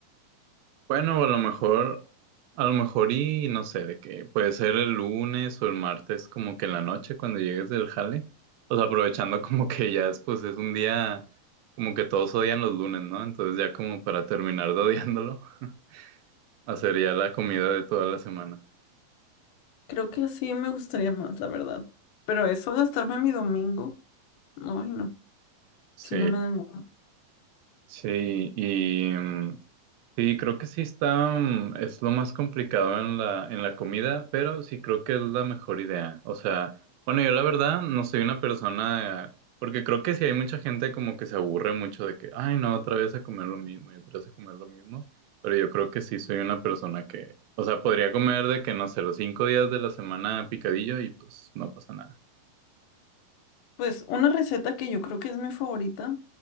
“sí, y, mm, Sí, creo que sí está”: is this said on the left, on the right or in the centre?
Right